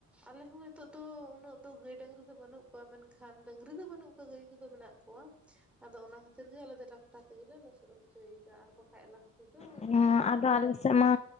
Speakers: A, in the centre; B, on the left.
A: ᱟᱞᱮ ᱦᱚᱸ ᱱᱤᱛᱚᱜ ᱫᱚ ᱩᱱᱟᱹᱜ ᱫᱚ ᱜᱟᱹᱭ ᱰᱟᱹᱝᱨᱤ ᱫᱚ ᱵᱟᱹᱱᱩᱜ ᱠᱚᱣᱟ ᱢᱮᱱ ᱠᱷᱟᱱ ᱰᱟᱹᱝᱨᱤ ᱫᱚ ᱵᱟᱹᱱᱩᱜ ᱠᱚᱣᱟ ᱜᱟᱹᱭ ᱠᱚ ᱫᱚ ᱢᱮᱱᱟᱜ ᱠᱚᱣᱟ <unintelligible> ᱟᱫᱚ ᱚᱱᱟ ᱠᱷᱟᱹᱛᱤᱨ ᱜᱮ ᱟᱞᱮ ᱫᱚ ᱴᱟᱠᱴᱟᱨ ᱛᱮᱜᱮᱞᱮ ᱞᱚᱥᱚᱫ ᱦᱚᱪᱚᱭ ᱮᱫᱟ ᱟᱨ ᱵᱟᱠᱟᱱᱡ ᱟ ᱞᱟᱦᱟ ᱛᱮᱫ ᱫᱚᱼᱼ
B: ᱦᱮᱸ ᱟᱫᱚ ᱟᱞᱮ ᱥᱮᱫ ᱢᱟᱼᱼ